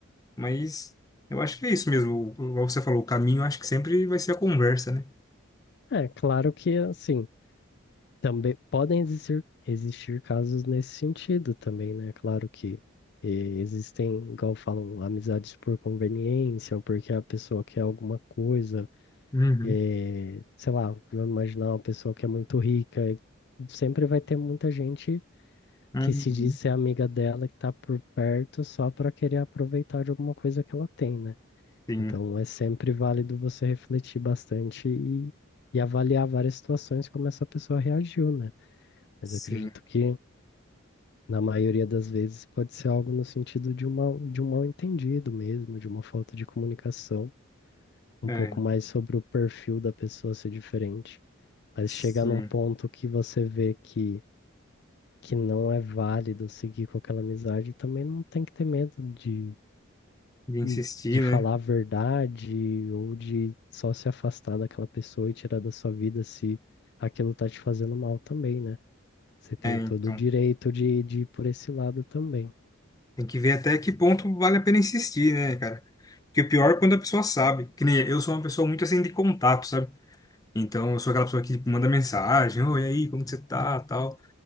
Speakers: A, on the left; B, on the left.
A: Mas eu acho que é isso mesmo. O- Igual você falou, o caminho, eu acho que sempre vai ser a conversa, né?
B: É claro que assim, também podem existir, existir casos nesse sentido também, né? Claro que eh, existem, igual falam, amizades por conveniência, ou porque a pessoa quer alguma coisa,
A: Uhum,
B: eh, sei lá, vou imaginar uma pessoa que é muito rica, e sempre vai ter muita gente
A: uhum.
B: que se diz ser amiga dela, que tá por perto só para querer aproveitar de alguma coisa que ela tem, né?
A: Sim,
B: Então é sempre válido você refletir bastante e, e avaliar várias situações como essa pessoa reagiu, né? Mas
A: sim,
B: eu acredito que na maioria das vezes pode ser algo no sentido de um mal, de um mal-entendido mesmo, de uma falta de comunicação, um
A: é,
B: pouco mais sobre o perfil da pessoa ser diferente. Mas
A: sim.
B: chegar num ponto que você vê que, que não é válido seguir com aquela amizade, também não tem que ter medo de
A: De insistir,
B: hum, de falar
A: né?
B: a verdade ou de só se afastar daquela pessoa e tirar da sua vida se aquilo tá te fazendo mal também, né? Você tem
A: É, então
B: todo o direito de, de ir por esse lado também.
A: Tem que ver até que ponto vale a pena insistir, né, cara? Porque o pior é quando a pessoa sabe. Que nem eu sou uma pessoa muito assim de contato, sabe? Então eu sou aquela pessoa que manda mensagem, oi, e aí, como que você tá, tal.